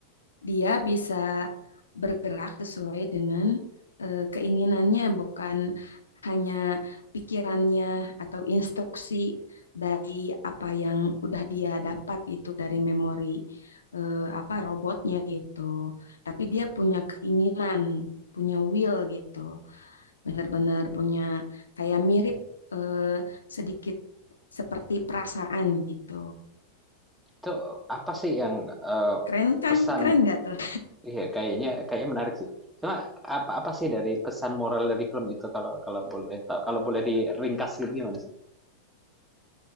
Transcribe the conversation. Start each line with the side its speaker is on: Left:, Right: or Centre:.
Left: dia bisa bergerak sesuai dengan eh, keinginannya, bukan hanya pikirannya atau instruksi dari apa yang udah dia dapat gitu dari memori eh, apa robotnya gitu. Tapi dia punya keinginan, punya will gitu. Benar-benar punya kayak mirip eh, sedikit seperti perasaan gitu.
Centre: Itu apa sih yang eh,
Left: Keren kan?
Centre: pesan
Left: Keren nggak tuh?
Centre: iya kayaknya kayaknya menarik sih. Cuma apa apa sih dari pesan moral dari film itu kalau kalau boleh tahu kalau boleh diringkas gitu gimana sih?